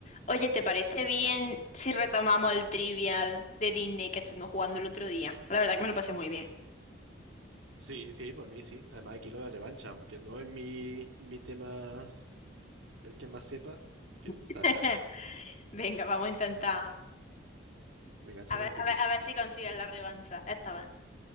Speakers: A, on the left (about 35°); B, on the right (about 90°).
A: Oye, ¿te parece bien si retomamos el trivial de Disney que estuvimos jugando el otro día? La verdad que me lo pasé muy bien.
B: Sí, sí, por mí sí. Además, aquí lo de revancha, aunque no es mi, mi tema del que más sepa, quiero intentar
A: <laughs>
B: ganar.
A: Venga, vamos a intentar.
B: Venga, esta
A: A
B: vez
A: ver,
B: empieza
A: a ver,
B: tú.
A: a ver si consigues la revancha. Esta vez.